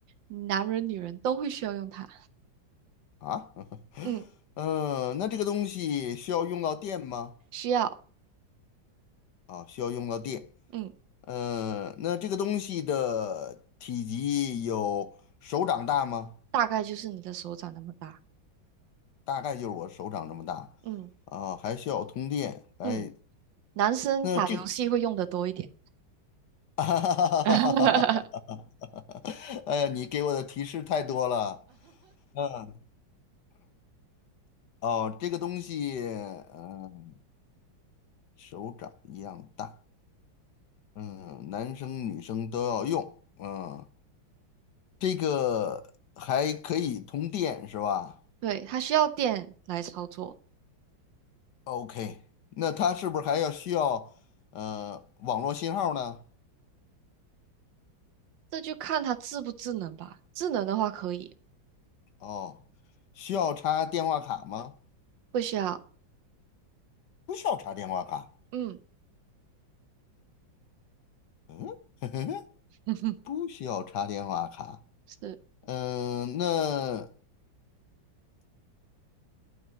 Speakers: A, on the right; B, on the left.
A: 男人女人都会需要用它。
B: 啊？
A: 嗯，
B: 嗯，呃那这个东西需要用到电吗？
A: 需要，
B: 啊，需要用到电。
A: 嗯，
B: 嗯，那这个东西的体积有手掌大吗？
A: 大概就是你的手掌那么大。
B: 大概就是我手掌这么大啊，
A: 嗯
B: 还需要通电。哎，
A: 嗯，男生打游戏会用的多一点。
B: 那这个，<laughs>
A: <laughs>
B: 哎，你给我的提示太多了。嗯哦，这个东西，嗯，手掌一样大，嗯，男生女生都要用，嗯，这个还可以通电是吧？
A: 对，它需要电来操作，
B: OK，那它是不是还要需要呃网络信号呢？
A: 这就看它智不智能吧。智能的话可以，
B: 哦，需要插电话卡吗？
A: 不需要。
B: 不需要插电话卡。
A: 嗯，
B: 嗯，<laughs>
A: <laughs>
B: 不需要插电话卡。
A: 是
B: 嗯、那